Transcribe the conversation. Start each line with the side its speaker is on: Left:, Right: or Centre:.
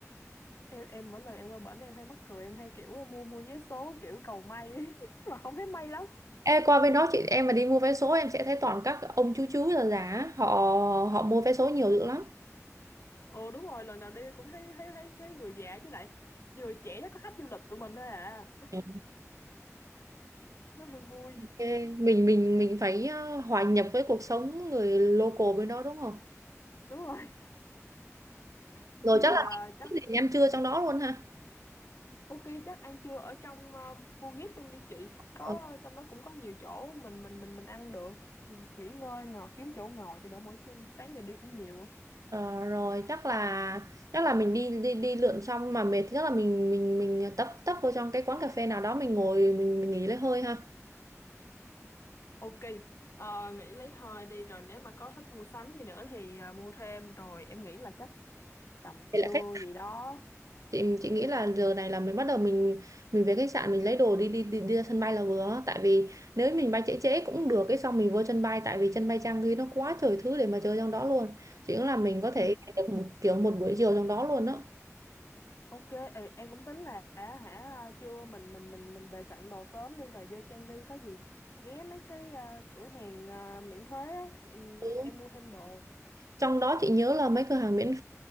Left: Em em mỗi lần em qua bển em hay mắc cười em hay kiểu mua mua vé số kiểu cầu may ấy. <laughs> mà không thấy may lắm
Right: Ê, qua bên đó chị em mà đi mua vé số em sẽ thấy toàn các ông chú chú già già á, họ họ mua vé số nhiều dữ lắm
Left: ừ đúng rồi lần nào đi cũng thấy thấy thấy cái người già với lại người trẻ chắc có khách du lịch tụi mình thôi à
Right: Ừ.
Left: nó vui vui
Right: Ê, mình mình mình phải ờ, hòa nhập với cuộc sống người local bên đó đúng không
Left: đúng rồi <laughs>
Right: rồi
Left: vậy
Right: chắc là
Left: à, chắc
Right: cái gì ăn trưa trong đó luôn ha
Left: ok chắc ăn trưa ở trong uh, Bugis luôn đi chị có
Right: Ờ,
Left: trong đó cũng có nhiều chỗ mình mình mình mình ăn được Ừ, nghỉ ngơi ngồi kiếm chỗ ngồi cho đỡ mỏi chân sáng giờ đi cũng nhiều á
Right: ờ, rồi chắc là chắc là mình đi đi đi lượn xong mà mệt thì chắc là mình mình mình tấp tấp vô trong cái quán cà phê nào đó mình ngồi mình, mình nghỉ lấy hơi ha
Left: ok ờ, nghỉ lấy hơi đi rồi nếu mà có thích mua sắm gì nữa thì à, mua thêm rồi em nghĩ là chắc tầm
Right: Vậy
Left: trưa
Right: là khách
Left: gì đó
Right: chị chị nghĩ là giờ này là mình bắt đầu mình mình về khách sạn mình lấy đồ đi đi đi, đi ra sân bay là vừa tại vì nếu mình bay trễ trễ cũng được cái xong mình vô sân bay tại vì sân bay trang ghi nó quá trời thứ để mà chơi trong đó luôn chị nghĩ là mình có thể
Left: <clears throat>
Right: dành được một kiểu một buổi chiều trong đó luôn đó
Left: Ok, ê, em cũng tính là á, hả trưa mình mình mình mình về soạn đồ sớm đi rồi vô Trang Ghi có gì ghé mấy cái ờ, cửa hàng ờ, miễn thuế á, ừm,
Right: Ừ.
Left: em mua thêm đồ. <clears throat>
Right: trong đó chị nhớ là mấy cửa hàng miễn